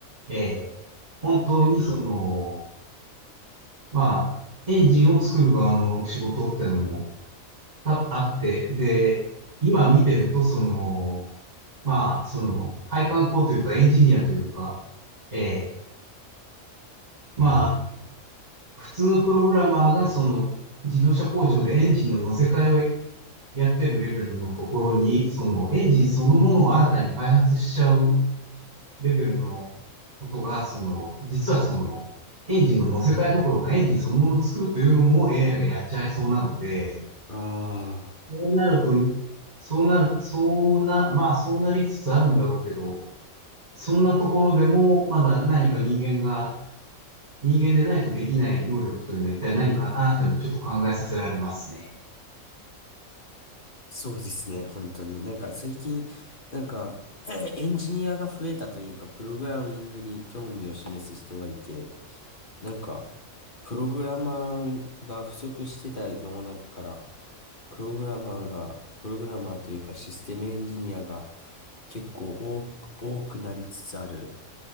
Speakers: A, on the right (about 30°); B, on the left (about 35°).
A: ええ本当にその、まあ、エンジンを作る側の仕事ってのもたあって、で、今見てると、その、まあ、その、配管工というか、エンジニアというか、ええまあ、普通のプログラマーが、その、自動車工場でエンジンの乗せ替えをやってるレベルのところに、その、エンジンそのものを新たに開発しちゃうレベルのことが、その、実はその、エンジンの乗せ替えどころかエンジンそのものを作るというのも AI がやっちゃいそうなので、
B: ああー。
A: そうなると、そうなる、そうな、まあそうなりつつあるんだろうけど、そんなところでもまだ何か人間が、人間でないとできない能力というのは一体何かなというのはちょっと考えさせられますね。
B: そうですね、本当に。なんか最近、なんか、<clears throat> エンジニアが増えたというか、プログラミングに興味を示す人がいて、なんか、プログラマーが不足してた世の中から、プログラマーが、プログラマーというかシステムエンジニアが結構多多くなりつつある。